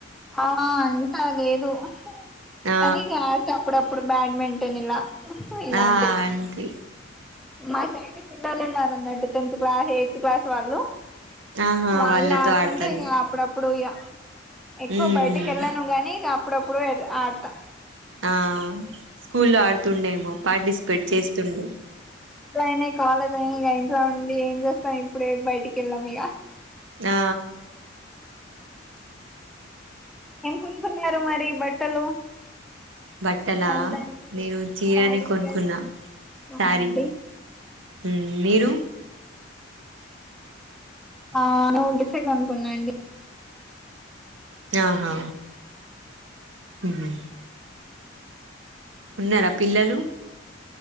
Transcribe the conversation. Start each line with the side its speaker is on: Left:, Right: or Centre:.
Centre: ఆ ఆ ఆంత లేదు
Right: ఆ
Centre: కానీ ఇగ ఆడ్తా అప్పుడప్పుడు బ్యాడ్మింటన్ ఇలా ఇలాంటి
Right: ఆ ఆంటీ
Centre: మా సైడ్ పిల్లలున్నరు అన్నట్టు టెన్త్ క్లాస్ ఎయిత్ క్లాస్ వాళ్ళు
Right: ఆహా
Centre: వాళ్ళు
Right: వాళ్ళతో
Centre: ఆడుకుంటే
Right: ఆడతారు
Centre: ఇగ అప్పుడప్పుడు ఇగ ఎక్కువ
Right: ఉమ్
Centre: బయటికేళ్ళను గానీ ఇగ అప్పుడప్పుడు వెడ్ ఆడతా
Right: ఆ స్కూల్లో ఆడుతుండేమో పార్టిసిపేట్ చేస్తుండు
Centre: స్కూల్ అయినాయి కాలేజ్ అయినాయి ఇగ ఇంట్లో ఉండి ఏం చేస్తం ఇప్పుడే బయటికేళ్ళాం ఇగ
Right: ఆ
Centre: ఏం కొనుకున్నారు మరి బట్టలు
Right: బట్టలా
Centre: రంజాన్కి
Right: నేను చీరనీ
Centre: శారీ
Right: కొనుకున్న
Centre: డ్రెస్
Right: శారీ
Centre: అవునండి
Right: ఉమ్ మీరు
Centre: ఆ ను డ్రెస్సె కొనుకున్న అండి
Right: ఆహా ఉహు ఉన్నరా పిల్లలు